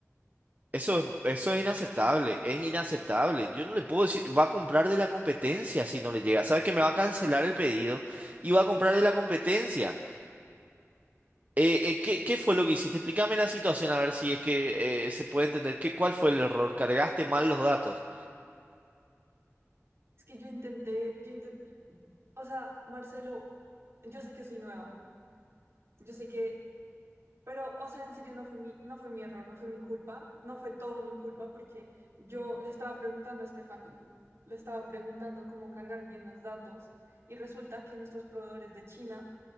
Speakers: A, on the right; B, on the right.
A: Eso es, eso es inaceptable, es inaceptable. Yo no le puedo decir, va a comprar de la competencia si no le llega. Sabe que me va a cancelar el pedido y va a comprar de la competencia. Eh, eh, ¿qué, qué fue lo que hiciste? Explícame la situación a ver si es que eh, se puede entender que, cuál fue el error. ¿Cargaste mal los datos?
B: Es que yo intenté, yo intenté, o sea, Marcelo, yo sé que soy nueva, yo sé que, pero, o sea, en serio no fue mi, no fue mi error, no fue mi culpa, no fue todo mi culpa porque yo le estaba preguntando a Stephanie, le estaba preguntando cómo cargar bien los datos y resulta que nuestros proveedores de China,